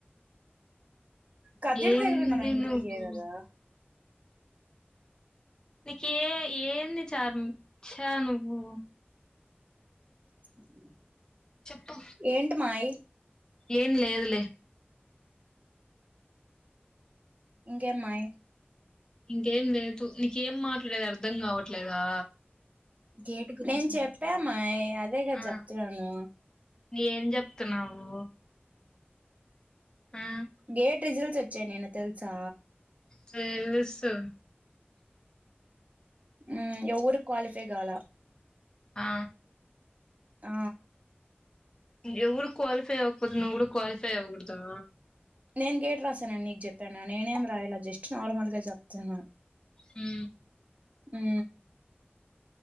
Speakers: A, on the right (about 35°); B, on the left (about 20°).
A: కదిరి
B: ఏంది
A: దగ్గర ఉన్న వెంకటగిరియే
B: నువ్వు
A: కదా
B: నీకి ఏ ఏంది చర్మ చ్చ నువ్వు
A: <inaudible>
B: చెప్పు
A: ఏంటి మాయ్
B: ఏం లేదులే
A: ఇంకే మయ్
B: ఇంకేం లేదు నీకేం మాట్లాడేది అర్ధం కావట్లేదా
A: గేట్ గురించి నేను చెప్పా మాయ్ అదే కదా
B: ఆ
A: చెప్తున్నాను
B: ఏం చెప్తున్నావు ఆ
A: గేట్ రిజల్ట్స్ వచ్చాయి నిన్న తెలుసా
B: తెలుసు
A: ఉ ఎవరు క్వాలిఫై కాలా
B: ఆ
A: ఆ
B: ఎవరు క్వాలిఫై అవ్వకపోతే నువ్వు కూడా క్వాలిఫై ఆవు కూడదా
A: నేను గేట్ రాశాను అని నీకు చెప్పాను నేనేమి రాయలే జస్ట్ నార్మల్ గా చెప్తున్నా
B: ఉ
A: ఊ